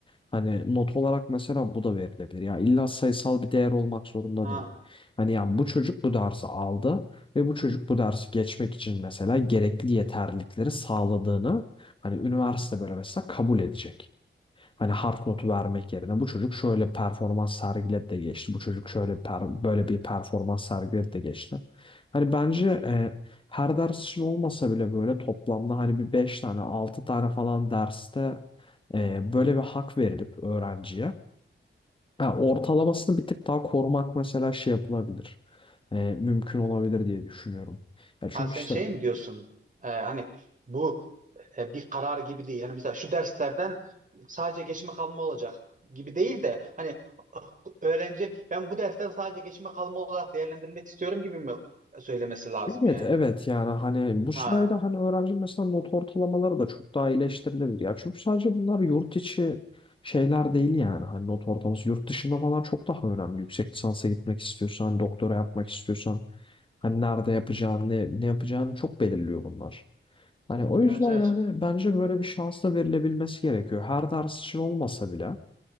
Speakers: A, on the left; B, on the right.
A: Hani not olarak mesela bu da verilebilir. Ya illa sayısal bir değer olmak zorunda
B: Ha.
A: değil. Hani yani bu çocuk bu dersi aldı ve bu çocuk bu dersi geçmek için mesela gerekli yeterlilikleri sağladığını hani üniversite böyle mesela kabul edecek. Hani hard notu vermek yerine bu çocuk şöyle performans sergiledi de geçti. Bu çocuk şöyle per- böyle bir performans sergiledi de geçti. Hani bence e, her ders için olmasa bile böyle toplamda hani bir 5 tane 6 tane falan derste e, böyle bir hak verilip öğrenciye. Ha, ortalamasını bir tık daha korumak mesela şey yapılabilir. E, mümkün olabilir diye düşünüyorum. Ya çünkü
B: Ha, sen
A: işte
B: şey mi diyorsun? E, hani bu e, bir karar gibi değil. Hani mesela şu derslerden sadece geçme kalma olacak gibi değil de hani öğrenci ben bu dersten sadece geçme kalma olarak değerlendirmek istiyorum gibi mi söylemesi lazım
A: Evet
B: yani?
A: evet yani hani bu sayede
B: Ha,
A: hani öğrenci mesela not ortalamaları da çok daha iyileştirilebilir ya. Çünkü sadece bunlar yurt içi şeyler değil yani hani not ortalaması yurt dışında falan çok daha önemli. Yüksek lisansa gitmek istiyorsan, doktora yapmak istiyorsan hani nerede yapacağını, ne, ne yapacağını çok belirliyor bunlar. Hani o yüzden
B: evet evet.
A: yani bence böyle bir şans da verilebilmesi gerekiyor. Her ders için olmasa bile.